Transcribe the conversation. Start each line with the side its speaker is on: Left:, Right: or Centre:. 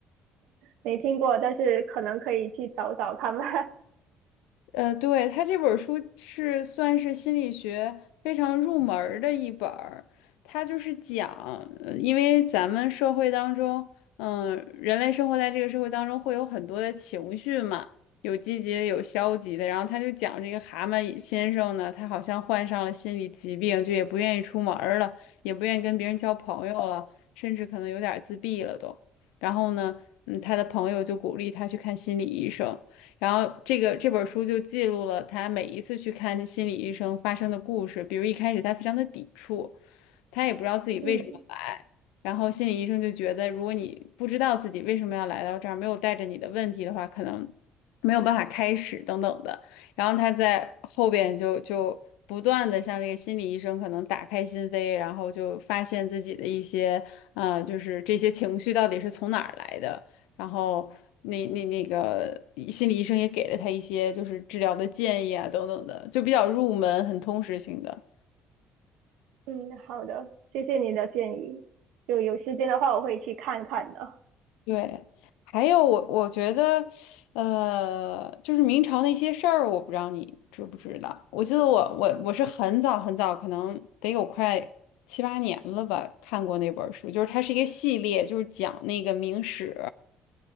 Right: 没听过，但是可能可以去找找看吧。
Left: 呃，对，他这本儿书是算是心理学非常入门儿的一本儿，它就是讲，呃因为咱们社会当中，嗯、人类生活在这个社会当中会有很多的情绪嘛，有积极的，有消极的，然后他就讲这个蛤蟆先生呢，他好像患上了心理疾病，就也不愿意出门儿了，也不愿意跟别人交朋友了，甚至可能有点儿自闭了都。然后呢，嗯，他的朋友就鼓励他去看心理医生。然后这个这本书就记录了他每一次去看心理医生发生的故事，比如一开始他非常的抵触，他也不知道自己为什么来，
Right: <laughs> 嗯
Left: 然后心理医生就觉得，如果你不知道自己为什么要来到这儿，没有带着你的问题的话，可能没有办法开始等等的。然后他在后边就就不断的向这个心理医生可能打开心扉，然后就发现自己的一些啊，就是这些情绪到底是从哪儿来的。然后那那那个心理医生也给了他一些就是治疗的建议啊等等的，就比较入门，很通识性的。
Right: 嗯，好的，谢谢你的建议。就有时间的话，我会去看看的。
Left: 对，还有我我觉得，呃，就是明朝那些事儿，我不知道你知不知道。我记得我我我是很早很早，可能得有快七八年了吧，看过那本儿书，就是它是一个系列，就是讲那个明史。